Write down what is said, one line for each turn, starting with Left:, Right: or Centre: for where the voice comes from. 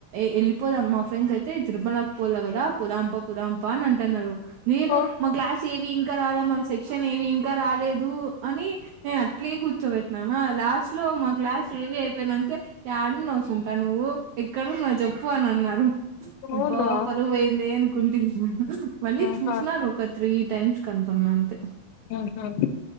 Right: వెళ్ళిపోదా మా ఫ్రెండ్స్ అయితే తిరుపలకి పోాల కదా పుదాంప పుదాంప అని అంటున్నారు లేదు
Left: ఉహు
Right: మా క్లాస్ ఏవి ఇంకా రాలా మాకు సెక్షన్ ఏవిం రాలేదు అని నేను ప్లే కూర్చోబెట్టినామా లాస్ట్ లో మా గ్లాస్ ఏవి అయి చెప్పనాక ఆడు ను్ సుంతా నువ్వు ఎక్కడున్నావ్ చెప్పు అని అన్నారు
Left: అవునా
Right: బ్బా పు వేంది కుంట మళ్ళీ
Left: ఆహా
Right: చూసినార ఒకత్రి టైమ్స్ క అంతపంట
Left: ఆహా